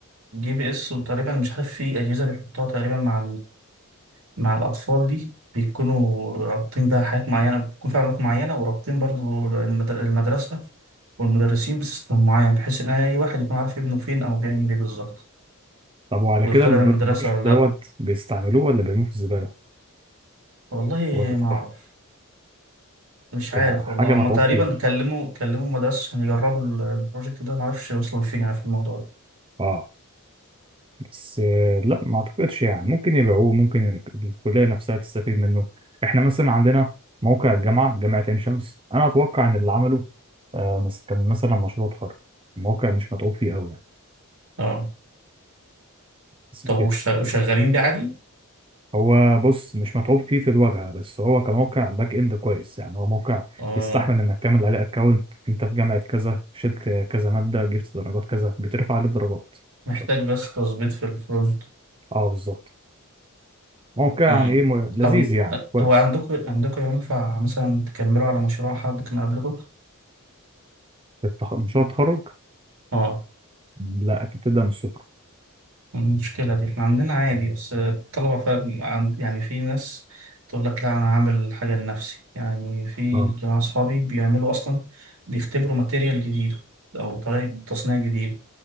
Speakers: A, on the right (about 65°); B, on the right (about 25°).
A: جي بي اس وتقريبا مش عارف في اجهزة بيحطها تقريبا مع مع الأطفال دي بيكونوا رابطين بقى حاجات معينة بيكون في علاقات معينة ورابطين برضو المدر- المدرسة والمدرسين بسيستم معين بحيث إن أي واحد يكون عارف ابنه فين أو بيعمل إيه بالظبط
B: طب وعلى
A: ويطلع
B: كده البر-
A: من المدرسة
B: البروجكت
A: ولا
B: دوت
A: لأ
B: بيستعملوه ولا بيرموه في الزبالة
A: والله
B: وقت التخرج؟
A: ما أعرف مش
B: بس
A: عارف
B: ح-
A: والله
B: حاجة متعوب
A: هما تقريبا
B: فيها
A: كلموا كلموا مدرسة عشان يجربوا ال- البروجكت ده معرفش وصلوا لفين يعني في الموضوع ده
B: اه بس آه، لا ما اعتقدش يعني ممكن يبيعوه ممكن الكلية نفسها تستفيد منه احنا مثلا عندنا موقع الجامعة جامعة عين شمس انا اتوقع ان اللي عمله آه مس- كان مثلا مشروع تخرج الموقع مش متعوب فيه قوي يعني
A: اه
B: بس
A: طب
B: كده
A: وش- وشغالين بيه عادي؟
B: هو بص مش متعوب فيه في الواجهه بس هو كموقع باك اند كويس يعني هو موقع
A: اه
B: يستحمل انك تعمل عليه اكونت انت في جامعه كذا شلت كذا ماده جبت درجات كذا بترفع عليه الدرجات
A: محتاج
B: مش اكتر
A: بس تظبيط في الفرونت
B: اه بالظبط موقع
A: امم
B: يعني ايه م- لذيذ
A: طب
B: يعني كويس
A: هو عندكم عندكم ينفع مثلا تكملوا على مشروع حد كان قبلكم؟
B: التخ- مشروع التخرج
A: اه
B: لا انت بتبدا من الصفر
A: المشكلة دي احنا عندنا عادي بس الطلبة فاهم عن- يعني في ناس تقول لك لا أنا هعمل حاجة لنفسي يعني في
B: اه
A: جماعة صحابي بيعملوا أصلا بيختبروا ماتيريال جديد أو طريقة تصنيع جديدة